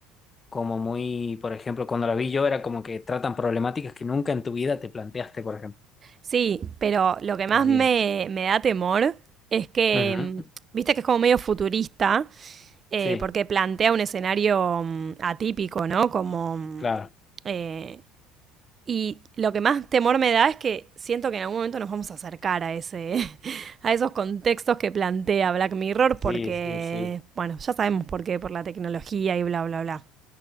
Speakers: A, on the left; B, on the right.
A: como muy, por ejemplo, cuando la vi yo era como que tratan problemáticas que nunca en tu vida te planteaste, por ejemplo?
B: sí, pero lo que más
A: Ah, bien.
B: me, me da temor es que,
A: Ujú.
B: mm, viste que es como medio futurista, eh,
A: Sí,
B: porque plantea un escenario mm, atípico, ¿no? Como... mm,
A: claro.
B: eh, y lo que más temor me da es que siento que en algún momento nos vamos a acercar a ese, <laughs> a esos contextos que plantea Black Mirror,
A: Sí,
B: porque,
A: sí, sí.
B: bueno, ya sabemos por qué, por la tecnología y bla, bla, bla.